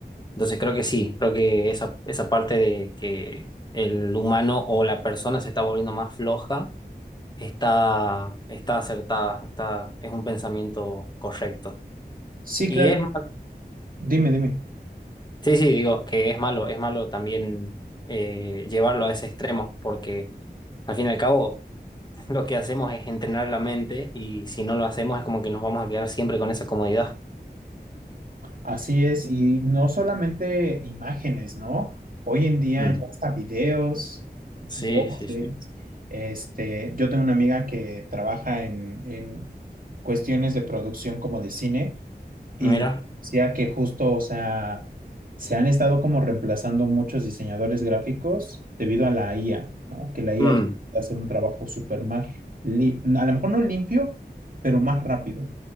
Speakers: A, on the left (about 25°); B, on the right (about 55°).
A: Entonces creo que sí, creo que esa, esa parte de que el humano o la persona se está volviendo más floja está, está acertada, está, es un pensamiento correcto.
B: Sí,
A: Y
B: claro.
A: es más
B: Dime, dime.
A: Sí, sí, digo que es malo, es malo también eh, llevarlo a ese extremo, porque al fin y al cabo <laughs> lo que hacemos es entrenar la mente y si no lo hacemos es como que nos vamos a quedar siempre con esa comodidad.
B: Así es, y no solamente imágenes, ¿no? Hoy en día
A: Mm,
B: ya hasta videos,
A: Sí,
B: voces.
A: sí, sí.
B: Este, yo tengo una amiga que trabaja en, en cuestiones de producción como de cine y
A: Mira.
B: decía que justo, o sea, se han estado como reemplazando muchos diseñadores gráficos debido a la IA, ¿no? Que la IA
A: Mm,
B: ya puede hacer un trabajo súper más, li- a lo mejor no limpio, pero más rápido.